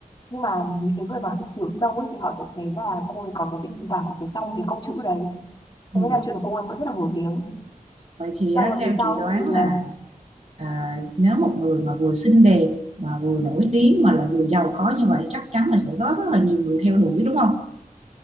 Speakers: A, on the left (about 30°); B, on the right (about 50°).
A: nhưng mà những cái người mà hiểu sâu ấy thì họ sẽ thấy là cô ấy có cái tình cảm ở phía sau những cái câu chữ đấy
B: ừ.
A: thế nên là chuyện của cô ấy vẫn rất là nổi tiếng
B: vậy thì
A: xong
B: á,
A: rồi
B: theo
A: vì sau
B: chị đoán
A: thì
B: là
A: ờ,
B: à, nếu một người mà vừa xinh đẹp mà vừa nổi tiếng mà lại vừa giàu có như vậy chắc chắn là sẽ có rất là nhiều người theo đuổi đúng không